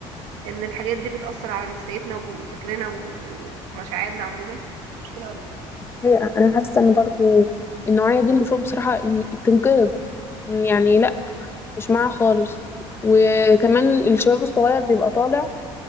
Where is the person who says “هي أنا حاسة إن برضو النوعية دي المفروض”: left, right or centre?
Left